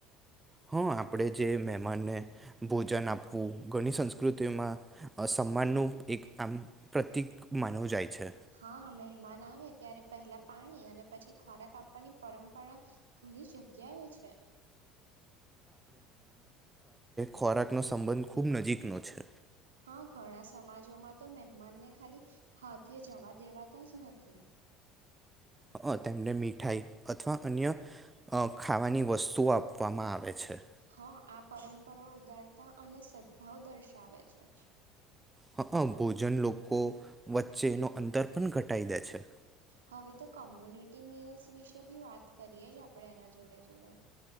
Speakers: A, on the right; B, on the right.
A: હા આપણે જે મહેમાનને ભોજન આપવું ઘણી સંસ્કૃતિઓમાં સન્માનનું એક આમ પ્રતીિક માનવું જાય છે.
B: હા મહેમાન આવે ત્યારે પહેલા પાણી અને પછી ખોરાક આપવાની પરંપરા ઘણી જગ્યાએ છે.
A: ખોરાક નો સંબંધ ખુબ નજીકનોો છે.
B: હા ઘણા સમાજોમાં તો મહેમાનને ખાલી હાથે જવા દેવાતા જ નથી.
A: હ તેમને મીઠાઈ અથવા અન્ય ખાવાની વસ્તુઓ આપ કમા આવેે છે.
B: હા આ પરંપરા ઉદારતા અને સદભાવ દર્શાવે છે.
A: હ ભોજન લોકો વચ્ચે એનો અંતર પણ ઘટાઈ દે છે
B: હવે તો કમ્યુનિટી મીલ્સ વિશે બી વાત કરીએ જ આપડણે એના જોડે જોડે